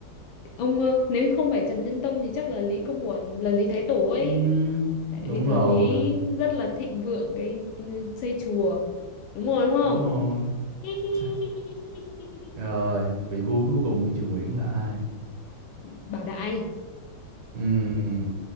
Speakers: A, on the left; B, on the right.
A: ông ờ, nếu không phải Trần Nhân Tông thì chắc là Lý Công Uẩn là Lý Thái Tổ ấy
B: Ừ,
A: tại
B: đúng
A: vì thời
B: rồi
A: Lý rất là thịnh vượng cái ừ, xây chùa đúng rồi đúng không
B: đúng rồi
A: <laughs>
B: Chà, rồi vị vua cuối cùng của triều Nguyễn là ai
A: Bảo đại
B: Ừ,